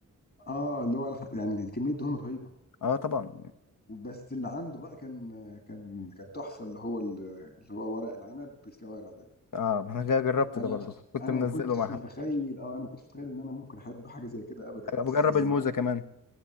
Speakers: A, on the left (about 45°); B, on the left (about 70°).
A: اه اللي هو الح- يعني كميه دهون رهيبه
B: اه طبعا
A: بس اللي عنده بقى كان كان كان تحفه اللي هو اللي هو ورق العنب بالكوارع ده
B: اه ما انا جا- جربت
A: انا
B: ده برضو كنت
A: انا
B: منزله
A: ما كنتش
B: مع حد
A: متخيل اه انا ما كنتش متخيل ان انا ممكن احب حاجه زي كده ابدا بس
B: بجرب
A: لما
B: الموزه كمان